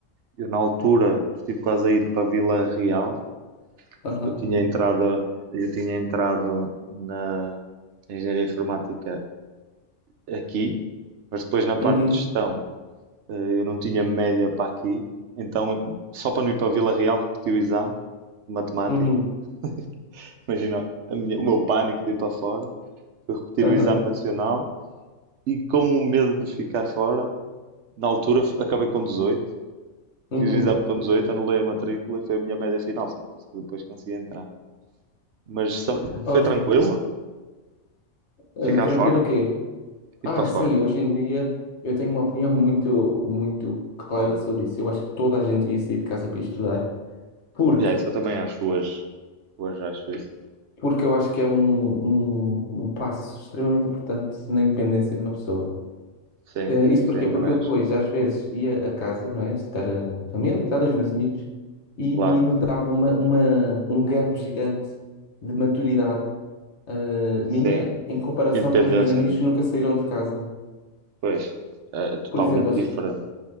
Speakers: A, on the right; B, on the left.
A: eu na altura estive quase a ir para Vila Real.
B: Aham.
A: Eu tinha entrado, eu tinha entrado na engenharia informática aqui, mas depois na parte
B: Uhum.
A: de gestão, eh, eu não tinha média para aqui, então só para não ir para Vila Real repeti o exame de matemática.
B: Uhum.
A: <laughs> Imagina a minha- o meu pânico de ir para fora, eu repetir
B: Aham.
A: o exame nacional e com o medo de ficar fora, na altura f- acabei com 18,
B: Uhum.
A: fiz o exame com 18, anulei a matrícula e foi a minha média final, foi por isso que depois consegui entrar. Mas só-
B: Ok.
A: foi tranquilo
B: Eh,
A: ficar
B: tranquilo
A: fora?
B: o quê?
A: ir
B: Ah,
A: para fora.
B: sim, hoje em dia eu tenho uma opinião <laughs> muito, muito clara
A: Ok.
B: sobre isso. Eu acho que toda a gente devia sair de casa para estudar Porque,
A: Já, isso eu também acho hoje. Hoje acho isso.
B: porque eu acho que é um, um, um passo extremamente importante na independência de uma pessoa.
A: Sim,
B: Eh, isto
A: sim,
B: porquê? Porque
A: também
B: eu
A: acho.
B: depois, às vezes, ia a casa, não é? Visitar a família e tal, e os meus amigos, e,
A: Claro.
B: e notava uma, uma, um gap gigante de maturidade, eh, minha
A: Sim.
B: em comparação
A: Independência,
B: com os meus amigos
A: né?
B: que nunca saíram de casa.
A: Pois. É, é totalmente
B: Por exemplo, eles,
A: diferente.